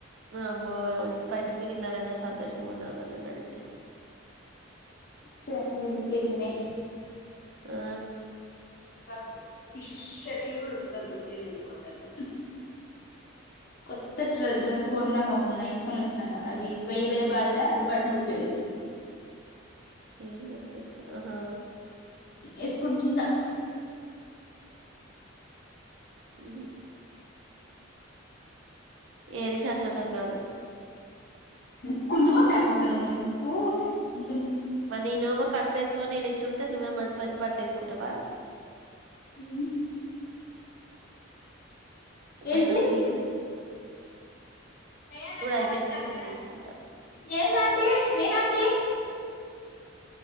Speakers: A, on the right; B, on the left.
A: ఆమ్మో అమకింత పైసలు మిగిలియ్ లనే సంతోషంగా ఉంది ఆమె నన్నడిగితే
B: సేసగిరికి పెళ్లిమీ
A: ఆ
B: కదు ష్ చెట్లు కూడా ఉతకదు బంగీలు ఎంది పోతది కొత్త డ్రె డ్రెస్ కొన్నాక మొన్న వేసుకొని వచ్చినాక అది బయ్య బయ్య బాధనా బటన్ ఉడిపోయింది
A: ఏం డ్రెస్ ఏసుకున్న ఆహా
B: ఏసుకుంటుందా
A: ఊ ఏది శాశ్వతం కాదు
B: నువ్ కుల్ బోద్ దానివక్క నువ్వు నీకు ఉ
A: మరి నేనేమో కట్ వేసుకొని నేను ఇట్టు ఉంటే నువ్వే మంచి మంచి బట్టలు వేసుకుంటవా
B: ఊ
A: పోయినంక
B: ఏంటిది
A: నేన్ కూడా ఏసుకున్
B: లేలంట
A: అయిపోయినాంక
B: ఆంటికి నచ్చడంట
A: నేను వేసుకుంటా
B: మరి ఏందాన్టీ ఏనాంటీ